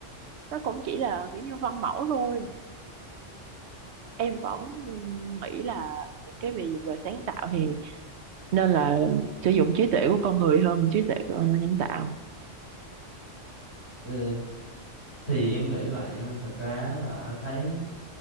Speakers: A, on the right; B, on the left.
A: nó cũng chỉ là kiểu như văn mẫu thôi em vẫn ừm, nghĩ là những cái về về sáng tạo thì nên là sử dụng trí tuệ của con người hơn là trí tuệ của nhân tạo
B: Ờ, thì em nghĩ vậy nhưng mà thật ra là anh thấy